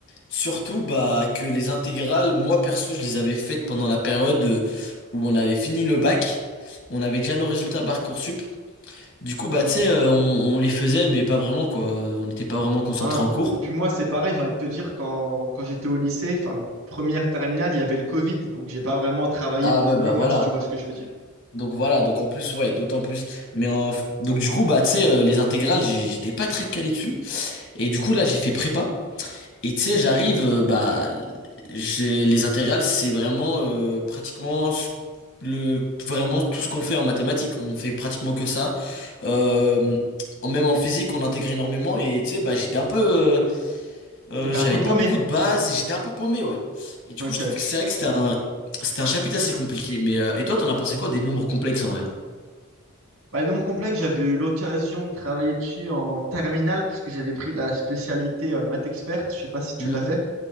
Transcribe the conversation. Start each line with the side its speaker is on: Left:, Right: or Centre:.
Left: Surtout bah, que les intégrales, moi perso, je les avais faites pendant la période euh, où on avait fini le bac. On avait déjà nos résultats Parcoursup. Du coup, bah, tu sais, euh, on, on les faisait, mais pas vraiment, quoi. Euh, On n'était pas vraiment concentrés
Right: Hein.
Left: en cours.
Right: Et puis moi, c'est pareil, j'ai envie de te dire, quand, quand j'étais au lycée, enfin, première terminale, il y avait le Covid, donc j'ai pas vraiment travaillé
Left: Ah
Right: beaucoup
Left: ouais, bah
Right: les
Left: voilà.
Right: maths, si tu vois ce que je veux dire.
Left: Donc voilà, donc en plus, ouais, d'autant plus. Mais en... donc du coup, bah, tu sais, euh, les intégrales, j'ai- j'étais pas très calé dessus. Et du coup, là, j'ai fait prépa. Et tu sais, j'arrive, euh, bah, j'ai, les intégrales, c'est vraiment euh, pratiquement ce- le, vraiment tout ce qu'on fait en mathématiques. On fait pratiquement que ça. Euh, en- même en physique, on intègre énormément. Et tu sais, bah, j'étais un peu, euh, euh,
Right: T'étais
Left: j'avais
Right: un peu
Left: pas
Right: paumé.
Left: beaucoup de bases, et j'étais un peu paumé, ouais. Et du
Right: Ok.
Left: coup, je trouve que c'est vrai que c'était un, c'était un chapitre assez compliqué. Mais euh, et toi, t'en as pensé quoi des nombres complexes en vrai?
Right: Bah, les nombres complexes, j'avais eu l'occasion de travailler dessus en terminale parce que j'avais pris la spécialité euh, maths experte. Je sais pas si tu
Left: Mm.
Right: l'as fait.